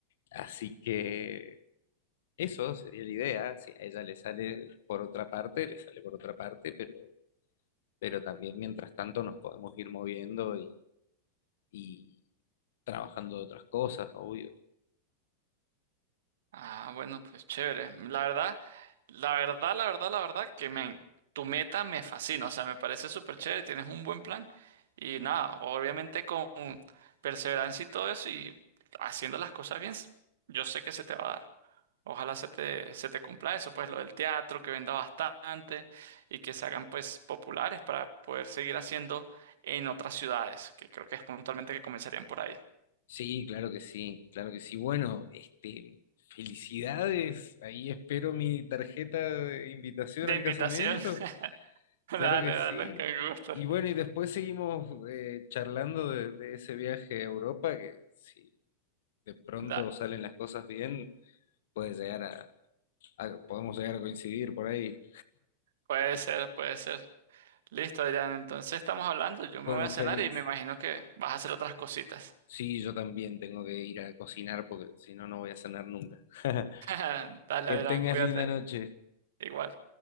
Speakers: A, on the left; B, on the right.
A: así que eso sería la idea. Si a ella le sale por otra parte, le sale por otra parte, pero, pero también mientras tanto nos podemos ir moviendo y trabajando de otras cosas, obvio.
B: Ah, bueno, pues chévere. La verdad, la verdad, la verdad, la verdad, que me, tu meta me fascina. O sea, me parece súper chévere, tienes un buen plan. Y nada, obviamente con perseverancia y todo eso y haciendo las cosas bien, yo sé que se te va a dar. Ojalá se te, se te cumpla eso, pues lo del teatro, que venda bastante y que se hagan pues populares para poder seguir haciendo en otras ciudades, que creo que es puntualmente que comenzarían por ahí.
A: Sí, claro que sí, claro que sí. Bueno, este, felicidades. Ahí espero mi tarjeta de invitación
B: De
A: al
B: invitación.
A: casamiento.
B: <laughs> Dale,
A: Claro que sí.
B: dale, con gusto.
A: Y bueno, y después seguimos eh, charlando de, de ese viaje a Europa, que si de pronto
B: Da-
A: salen las cosas bien, puede llegar a, a- podemos llegar a coincidir por ahí.
B: puede ser, puede ser. Listo, Adrián. Entonces estamos hablando. Yo me
A: Bueno,
B: voy a
A: Félix,
B: cenar y me imagino que vas a hacer otras cositas.
A: sí, yo también tengo que ir a cocinar porque si no, no voy a cenar nunca. <laughs>
B: <laughs> Dale,
A: Que
B: Adrián,
A: tengas
B: cuídate.
A: linda noche.
B: Igual.